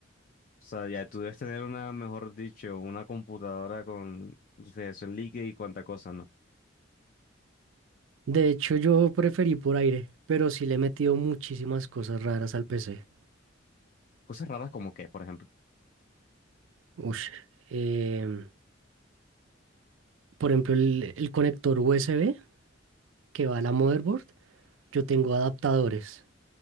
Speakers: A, on the left; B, on the right.
A: O sea, ya tú debes tener una, mejor dicho, una computadora con refrigeración líquida y cuánta cosa, ¿no?
B: De hecho, yo preferí por aire, pero sí le he metido muchísimas cosas raras al PC.
A: Cosas raras como qué, por ejemplo.
B: Ush, em, por ejemplo, el, el conector USB que va a la motherboard, yo tengo adaptadores.